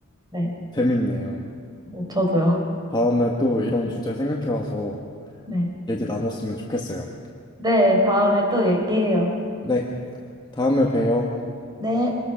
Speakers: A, on the right; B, on the left.
A: 네.
B: 재밌네요.
A: 뭐 저도요.
B: 다음에 또 이런 주제 생각해와서
A: 네.
B: 얘기 나눴으면 좋겠어요.
A: 네, 다음에 또 얘기해요.
B: 네, 다음에 봬요.
A: 네.